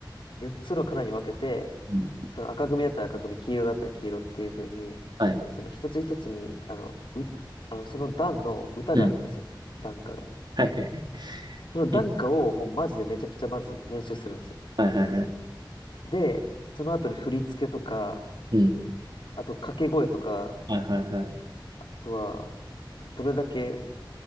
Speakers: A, on the left (about 80°); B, on the right (about 60°).
A: 4つのカラーに分けて、
B: うん
A: その赤組だったら赤組、黄色だったら黄色っていう風に、
B: はい。
A: その一つ一つに、あの、う、あの、その段の歌があるんですよ。
B: うん。
A: 段歌が。
B: はい、はい、
A: その段歌をもうマジでめちゃくちゃまず練習するんですよ。
B: はい。はい、はい、はい。
A: で、その後に振り付けとか、
B: うん。
A: あと掛け声とか、
B: はい、はい、はい。
A: あとは、どれだけ、